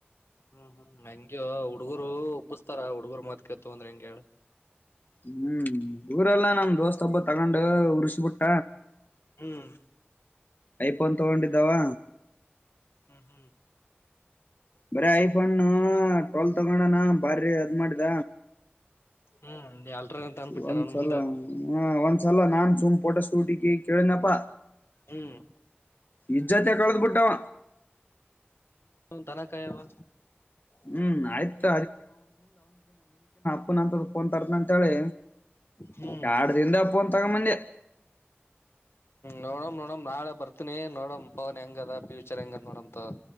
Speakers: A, on the left; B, on the left.
A: ಹ್ಮ್ ಹ್ಮ್ ಹೆಂಗಗೆ ಹುಡುಗರು ಉಬ್ಬಸ್ತಾರ ಹುಡ್ಗರು ಮಾತ್ಕೇತ ಅಂದ್ರ ಹೆಂಗಗೆ ಹೇಳ
B: ಹ್ಮ್ ಊರೆಲ್ಲಾ ನಮ್ ದೋಸ್ತ ಹಬ್ಬ ತಗೊಂಡ ಹುರುಷಿಬುಟ್ಟ
A: ಹ್ಮ್
B: ಐಫೋನ್ ತಗೊಂಡಿದ್ದಾವ
A: ಹ್ಮ್ ಹ್ಮ್
B: ಬರ ಐಫೋನ್ ಟ್ಲ್ ತಗೋೊಂಡನಾ ಬಾರಿ ಅದ್ ಮಾಡಿದ
A: ಹ್ಮ್ ನೀ ಅಲ್ಟ್ರ ಅಂತ ಅಂದ್ಬಿಟ್ಟೆ
B: ಒಂದ್ಸಲ
A: ನನ್ ಮುಂದ
B: ಹ ಒಂದ್ಸಲ ನಾನ್ ಸುಮ್ ಪೋಟ ಸೂಟಿಗೆ ಕೇಳನಪ್ಪಾ
A: ಹ್ಮ್
B: ಇಜ್ಜತ ಕಳದು ಪುಟ್ಟಾವ
A: ಧನಕಾಯವಾ
B: ಹ್ಮ್ ಆಯ್ತ ನ್ ಅಂತ ೋನ್ ತರ್ ಅಂತ ಹೇಳಿ
A: ಹ್ಮ್
B: ಯಡು ತಿಂದ ಅಪ್ಪಂತಂಗ ಮಂದೆ
A: ನೋಡ ನೋಡಣ ನಾಳೆ ಬತ ಇನ ನೋಡಂ ಪವನ್ ಹೆಂಗ ಅದ ಫ್ಯೂಚರ್ ಹೆಂಗದ ನೋಡಂತ